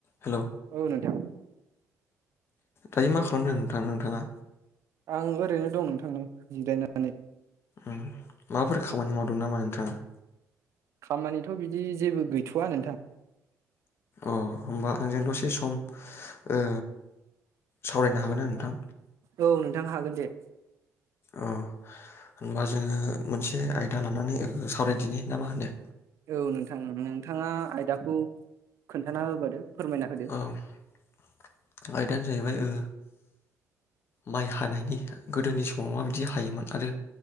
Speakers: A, on the left (about 40°); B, on the right (about 50°).
A: Hello
B: औ नोंथां
A: दायो मा खालामदों नोंथां नोंथाङा?
B: आं ओरैनो दं नोंथां नो जिरायनानै।
A: उम माबाफोर खामानि मावदों नामा नोंथाङा?
B: खामानिथ बिदि जेबो गैथवा नोंथां
A: अ होमबा आंजों दसे सम ओ सावरायनो हागोनना नोंथां?
B: औ नोंथां हागोन दे।
A: अ होनबा जोङो मोनसे आयदा लानानै सावरायदिनि ना मा होनो?
B: औ नोंथां नोंथाङा आयदाखौ खोन्थाना होबोदो फोरमायना होदो
A: औ आयदायानो जाहैबाय ओ माइ हानायनि गोदोनि समाव माबायदि हायोमोन आरो